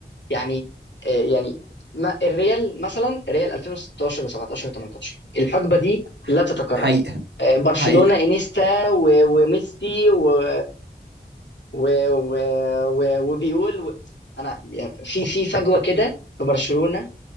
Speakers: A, on the left; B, on the right.
A: يعني آه، يعني ما الريال مثلا الريال 2016 و17 و18 الحقبه دي
B: ح-
A: لا تتكرر
B: حقيقه
A: آه، برشلونه
B: حقيقه
A: انيستا و- وميسي و و و و وبيقول و... انا يعني في في فجوه كده في برشلونه